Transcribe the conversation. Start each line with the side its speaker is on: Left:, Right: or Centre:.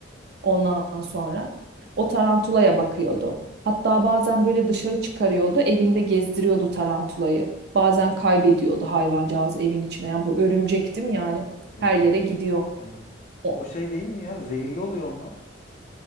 Right: Ondan sonra o tarantulaya bakıyordu. Hatta bazen böyle dışarı çıkarıyordu, evinde gezdiriyordu tarantulayı. Bazen kaybediyordu hayvancağız evin içine. Yani bu örümcek değil mi yani?
Left: Örümcek.
Right: Her yere gidiyor.
Left: Evet.
Right: O.
Left: O şey değil mi ya? Zehirli oluyor onlar.